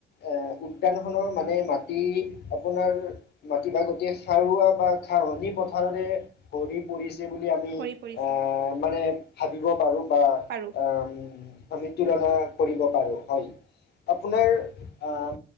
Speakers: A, on the left; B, on the right.
A: এ উদ্যানখনৰ মানে মাটি আপোনাৰ মাটি ভাগত সাৰুৱা বা ৰণী পথাৰৰে ভৰি পৰিছে। বুলি আমি
B: ভৰি পৰিছে
A: মানে ভাবিব পাৰো বা
B: পাৰো
A: আ আমি তুলনা কৰিব পাৰো হয়। আপোনাৰ আহ